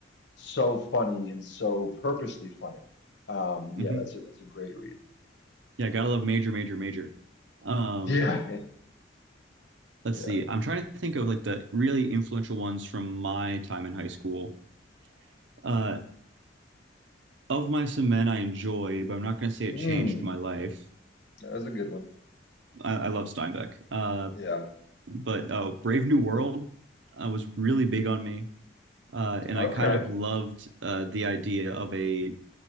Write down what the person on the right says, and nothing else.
hmm
Yeah, gotta love Major, Major, Major. Um,
let's
see.
I'm trying to think of like the really influential ones from my time in high school. Uh, Of my and Men, I enjoy, but I'm not gonna say it
changed my life.
I, I love Steinbeck. Uh,
but uh, Brave New World uh, was really big on me, uh, and
I kind of loved uh, the idea of a.